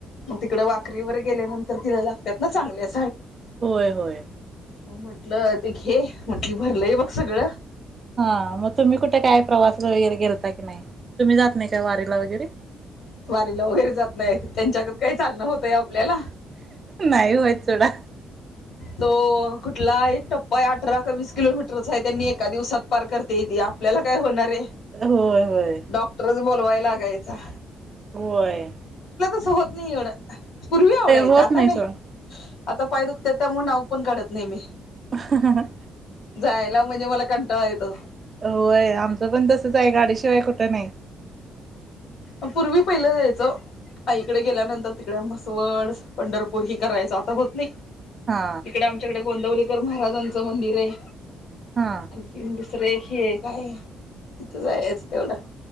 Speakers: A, on the left (about 65°); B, on the right (about 30°).
A: मग तिकडे वाखरीवर गेल्यानंतर तिला लागतात ना चांगले अस
B: होय होय
A: म्हंटलं ते घे म्हंटली भरलंय बघ सगळं
B: हा मग तुम्ही कुठे काय प्रवास वगैरे गेलता की नाही तुम्ही जात नाही का वारीला वगैरे
A: वारीला वगैरे जात नाहीय त्यांच्याक काही चालण होतय आपल्याला
B: नाही होय तेवढा
A: तो कुठला एक टप्पा आहे अठरा का वीस किलोमीटरचा आहे त्यांनी एका दिवसात पार करते येते आपल्याला काय होणार आहे
B: होय होय
A: डॉक्टरच बोलवाय लागायचा
B: व्हय
A: अस होत नाही एवढं पूर्वी आवडायचं
B: होत
A: आता नाही
B: सोडा
A: आता पाय दुखते त्यामुळे नाव पण काढत नाही मी
B: हा हा
A: जायला म्हणजे मला कंटाळा येतो
B: होय आमचं पण तसच आहे गाडीशिवाय कुठं नाही
A: म पूर्वी पहिलं जायचं आईकडे गेल्यानंतर तिकडे म्हसवड पंढरपूर हि करायचं आता होत नाही
B: हा
A: तिकडे आमच्याकडे गोंदवलीकर महाराजांचं मंदिर आहे
B: हा
A: आणखीस रेखी आहे काय इथ जाचं तेवढा